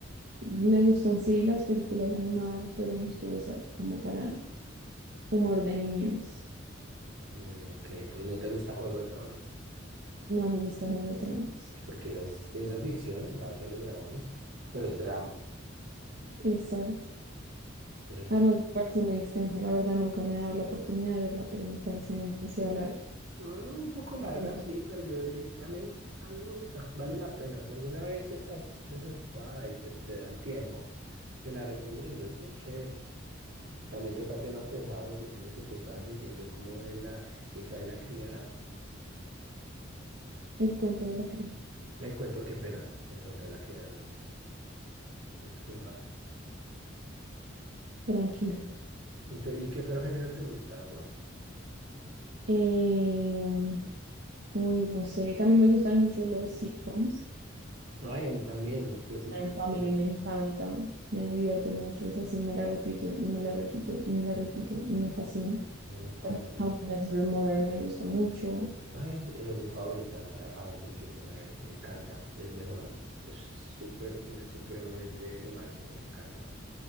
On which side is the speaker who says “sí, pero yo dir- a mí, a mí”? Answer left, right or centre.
Right